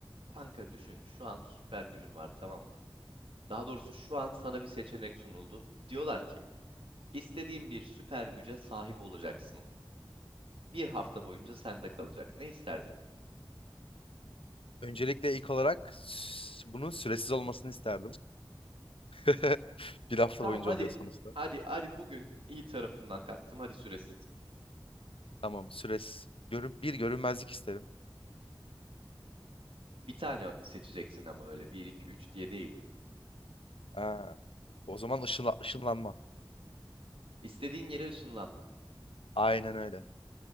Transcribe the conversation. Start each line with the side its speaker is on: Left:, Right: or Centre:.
Right: Kanka düşün şu an süper gücün var tamam mı? Daha doğrusu şu an sana bir seçenek sunuldu. Diyorlar ki istediğin bir süper güce sahip olacaksın. Bir hafta boyunca sende kalacak. Ne istersin?
Left: Öncelikle ilk olarak s- bunun süresiz olmasını isterdim. <laughs> Bir hafta
Right: Tamam
Left: boyunca
Right: hadi
Left: oluyor sonuçta.
Right: hadi hadi bugün iyi tarafımdan kalktım hadi süresiz.
Left: Tamam, süresiz. Görün, bir görünmezlik isterim.
Right: Bir tane seçeceksin ama öyle bir 2 3 diye değil.
Left: Aa, o zaman ışınla- ışınlanma.
Right: İstediğin yere ışınlanma.
Left: Aynen öyle.